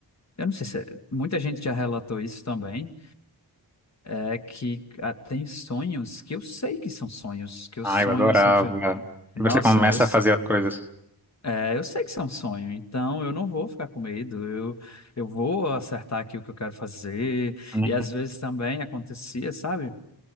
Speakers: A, on the left; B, in the centre.
A: eu não sei se é- muita gente já relatou isso também, é que ah, tem sonhos que eu sei que são sonhos, que eu
B: Ah,
A: sonho
B: eu adorava.
A: assim, foi, nossa,
B: Que você começa
A: eu
B: a fazer as coisas.
A: É, eu sei que isso é um sonho, então eu não vou ficar com medo, eu, eu vou acertar aqui o que eu quero fazer.
B: Não
A: E às vezes também acontecia, sabe,